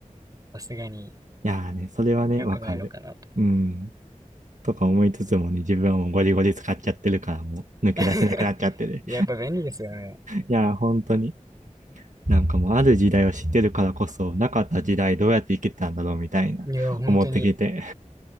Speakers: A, on the right (about 30°); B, on the right (about 70°).
A: さすがに
B: いやーね、それはね、
A: 良くないのかなと。
B: わかる。うん。とか思いつつもね、自分はもうゴリゴリ使っちゃってるからもう抜け出せなくなっちゃってる。
A: <laughs> やっぱ便利ですよね。
B: いや、本当に。なんかもうある時代を知ってるからこそ、なかった時代どうやって生きてたんだろうみたいな、
A: いや、本当に
B: 思ってきて。